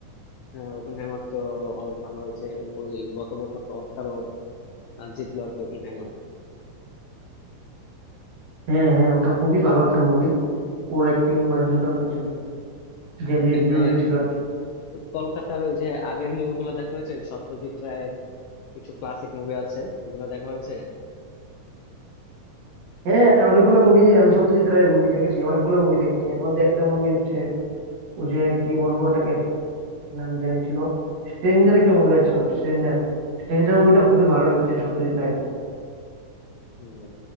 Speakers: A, on the left; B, on the right.
A: হ্যাঁ ওপেন হ্যামার তো অনেক ভালো হয়েছে ওই গত বছর তো অস্কারও আহ, জিতলো আর কি ওপেন হ্যামার
B: হ্যাঁ হ্যাঁ ওটা খুবই ভালো একটা মুভি ওর অ্যাক্টিং মানে দুর্দান্ত ছিল যে লিড
A: এমনি
B: রোলে ছিল আর কি
A: কলকাতার ওই যে আগের মুভিগুলো দেখা হয়েছে সত্যজিৎ রায়ের কিছু ক্লাসিক মুভি আছে ওগুলো দেখা হয়েছে
B: হ্যাঁ অনেকগুলো মুভি আমি সত্যজিৎ রায়ের মুভি দেখেছি অনেকগুলো মুভি দেখেছি এর মধ্যে একটা মুভি হচ্ছে ও যে কি বলবো ওটাকে কি নাম জানি ছিল স্ট্রেঞ্জার একটা মুভি ছিল স্ট্রেঞ্জার স্ট্রেঞ্জার মুভিটা খুবই ভালো লেগেছে সত্যজিৎ রায়ের
A: হম,